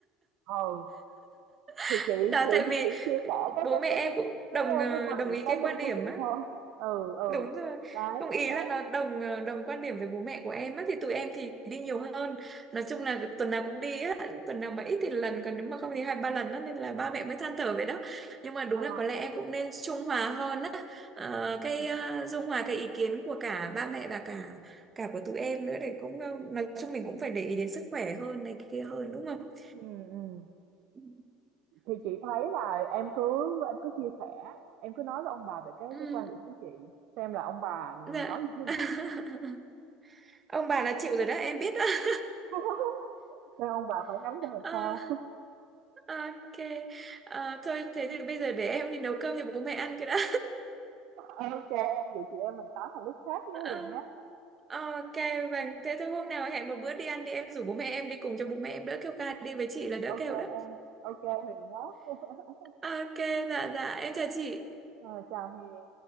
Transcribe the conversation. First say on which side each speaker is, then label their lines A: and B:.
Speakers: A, on the right; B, on the right.
A: Ừ, Thì
B: <laughs>
A: chị
B: Đó
A: chị
B: tại
A: thì
B: vì
A: cũng chia sẻ cái
B: bố
A: cái
B: mẹ
A: cái
B: em
A: cái
B: cũng
A: cái,
B: đồng
A: ờ,
B: ờ,
A: cái quan
B: đồng
A: điểm
B: ý
A: cá
B: cái
A: nhân
B: quan điểm
A: của chị
B: á
A: thôi. Ừ, ừ.
B: Đúng rồi.
A: Đấy,
B: Không ý
A: đấy.
B: là nó đồng ờ, đồng quan điểm với bố mẹ của em á thì tụi em thì đi nhiều hơn. Nói chung là tuần nào cũng đi á, tuần nào mà ít thì lần còn nếu mà không thì hai ba lần á nên là ba mẹ mới than thở vậy đó. Nhưng mà đúng
A: Ờ.
B: là có lẽ em cũng nên trung hòa hơn á. Ờ,
A: Ừ.
B: cái ờ, dung hòa cái ý kiến của cả ba mẹ và cả cả của tụi em nữa để cũng ờ, nói chung mình cũng phải để ý đến sức khỏe hơn này kia hơn đúng không?
A: Ừ, ừ.
B: Ừ.
A: Thì chị thấy là em cứ em cứ chia sẻ, em cứ nói với ông bà về cái
B: Ừ,
A: cái quan điểm của chị, xem là ông bà nói
B: dạ.
A: như thế
B: <laughs>
A: nào.
B: Ông bà là chịu rồi đó, em biết đó.
A: <laughs> Xem ông bà phản ánh ra làm
B: <laughs>
A: sao.
B: Ok. Ờ, thôi thế thì bây giờ để em đi nấu cơm cho bố mẹ ăn cái đã.
A: Ok em, vậy chị em mình tám một lúc khác nhé
B: Ờ,
A: Huyền nhé.
B: ok, vâng. Thế thôi hôm nào hẹn một bữa đi ăn đi em rủ bố mẹ em đi cùng cho bố mẹ em đỡ kêu ca đi với chị là đỡ
A: Ok
B: kêu đó.
A: em, ok Huyền nhé. <laughs>
B: Ok, dạ dạ em chào chị.
A: Ờ, chào Huyền.